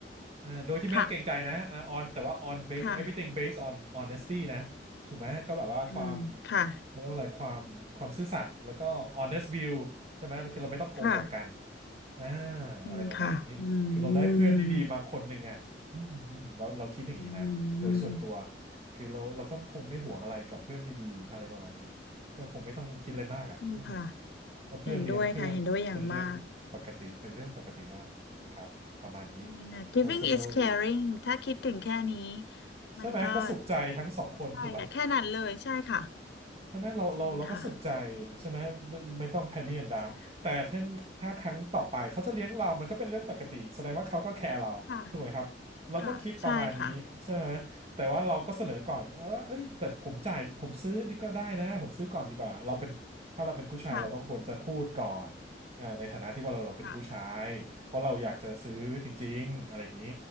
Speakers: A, on the right; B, on the left.
A: เอ่อโดยที่ไม่ต้องเกรงใจนะเอ่อ
B: ค่ะ
A: on แต่ว่า on base
B: ค่ะ
A: everything based on honesty นะถูกไหมก็แบบว่าความ
B: อืมค่ะ
A: เขาเรียกว่าอะไรความความซื่อสัตย์แล้วก็ honest view ใช่ไหมคือเราไม่ต้องโกหกกัน
B: ค่ะ
A: อ่า
B: จริงค่ะอื
A: อะไรประมาณนี้คือเราได้เพื่อนดีๆมาคนหนึ่งอ่ะอืมอืมเราเราคิดอย่างนี้นะโดยส่วนตัว
B: มอืม
A: คือเราเราก็คงไม่ห่วงอะไรกับเพื่อนดีๆอะไรประมาณเนี้ยก็คงไม่ต้องคิดอะไรมากอ่ะอืม
B: จริงค่ะ
A: ก็เพื่อนเลี้ยงเพื่อนเป็นเรื่องปกติเป็นเรื่องปกติมากครับประมาณนี้
B: เห็นด้วยค่ะเห็นด้วยอย่างมากจริงค่ะ giving
A: personal
B: is caring
A: view
B: ถ้าคิดถึงแค่นี้
A: ใช่ไหมก็สุขใจทั้งสองคนถูกปะ
B: มันก็ใช่ค่ะแค่นั้นเลยใช่ค่ะ
A: ใช่ไหมเราเราเราก็สุขใจ
B: จริงค่ะ
A: ใช่ไหมไม่ต้องแพนนี่แอนดามแต่ถ้าถ้าครั้งต่อไปเขาจะเลี้ยงเรามันก็เป็นเรื่องปกติแสดงว่าเขาก็แคร์เราถูกไหมครับเราก็คิดประมาณนี้ใช่ไหมแต่ว่าเราก็เสนอก่อนเออว่าเอ้ยแต่ผมจ่ายผมซื้อดีก็ได้นะผมซื้อก่อนดีกว่าเราเป็นถ้าเราเป็นผู้ชายเราก็ควรจะพูดก่อนเอ่อในฐานะที่ว่าเราเราเป็นผู้ชายเพราะเราอยากจะซื้อจริงๆอะไรอย่างนี้
B: ใช่ค่ะค่ะใช่ค่ะค่ะค่ะ